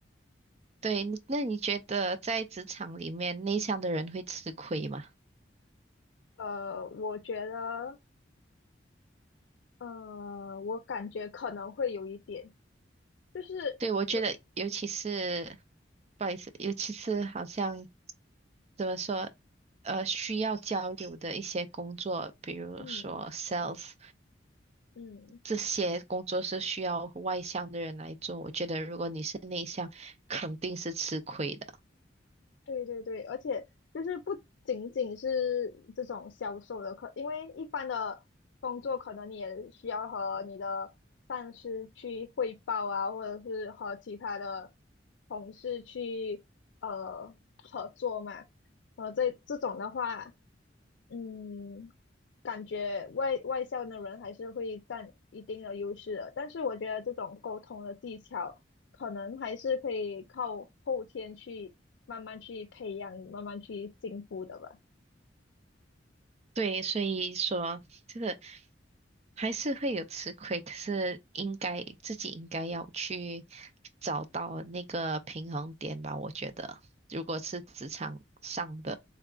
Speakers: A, on the right; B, on the left.
A: 对，那你觉得在职场里面内向的人会吃亏吗？
B: 呃，我觉得，呃，我感觉可能会有一点，就是，
A: 对，我觉得尤其是，
B: 嗯
A: 不好意思，尤其是好像。怎么说，呃，需要交流的一些工作，比如说
B: 嗯。
A: sales
B: 嗯
A: 这些工作是需要外向的人来做。我觉得如果你是内向，肯定是吃亏的。
B: 对对对，而且就是不仅仅是这种销售的课，因为一般的工作可能你也需要和你的上司去汇报啊，或者是和其他的同事去呃合作嘛。呃，这这种的话，嗯，感觉外外向的人还是会占一定的优势的，但是我觉得这种沟通的技巧，可能还是可以靠后天去慢慢去培养，慢慢去进步的吧。
A: 对，所以说这个还是会有吃亏，可是应该自己应该要去找到那个平衡点吧。我觉得，如果是职场上的